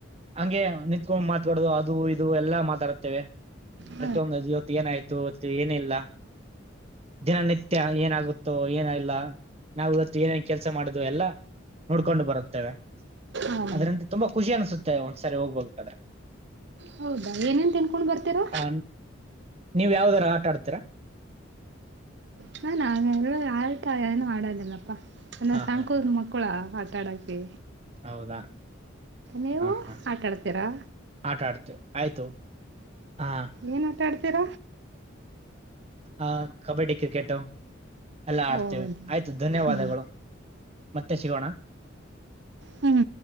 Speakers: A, on the right; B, on the right.
A: ಹಂಗೆ ನಿತ್ಕೊಂಡು ಮಾತಕಡೋದು ಅದು ಇದು ಎಲ್ಲಾ ಮಾತಾಡುತ್ತೇವೆ ಪ್ರತಿಯೊಂದು
B: ಹಾ
A: ಇವತ್ತು ಏನಾಯ್ತು ಇತ್ತು ಏನ ಇಲ್ಲ ದಿನನಿತ್ಯ ಏನಾಗುತ್ತೋ ಏನ ಇಲ್ಲ ನಾವ್ ಇವತ್ ಏನೇನ್ ಕೆಲ್ಸ ಮಾಡುದು ಎಲ್ಲಾ ನೋಡ್ಕೊಂಡು ಬರುತ್ತೇವೆ.
B: ಹಾ
A: ಅದ್ರಿಂದ ತುಂಬಾ ಖುಷಿ ಅನ್ಸುತ್ತೆ ಒಂದ್ಸರಿ ಹೋಗ್ಬೇಕದ್ರೆ.
B: ಹೌದಾ ಏನೇನ್ ತಿನ್ಕೊಂಡ್ ಬರ್ತೀರಾ.
A: ಆ, ನೀವ್ ಯಾವ್ದರ ಆಟಾಡ್ತೀರ.
B: ಹಾ ನಾವ್ ಒಂದು ಆಟ ಏನು ಆಡೋದಿಲ್ಲಪ. ನಾನ್
A: ಹಾ
B: ಸಣ್
A: ಹಾ
B: ಕೋ
A: ಹಾ
B: ಮಕ್ಳ ಆಟಡೋಕೆ
A: ಹೌದಾ
B: ನೀವು
A: ಹಾ ಹಾ
B: ಆಟಾ ಆಡ್ತೀರಾ
A: ಆಟ ಆಡ್ತೀವಿ ಆಯ್ತು ಹಾ
B: ಏನ್ ಆಟ ತಿ ತೀರ
A: ಆ ಕಬಡ್ಡಿ ಕ್ರಿಕೆಟು ಎಲ್ಲ ಆಡ್ತೇವೆ
B: ಹೌದು
A: ಆಯ್ತು ಧನ್ಯವಾದಗಳು
B: ಹ್ಮ್
A: ಮತ್ತೆ ಸಿಗೋಣ
B: ಹ್ಮ್